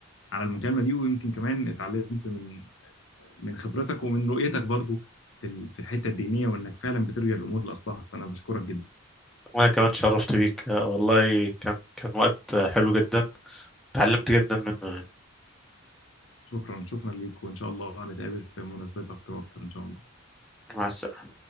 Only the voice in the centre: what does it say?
وانا كمان شرفت بيك آه، والله كان كان وقت آه، حلو جدا اتعلمت جدا منه يعني
مع السلامة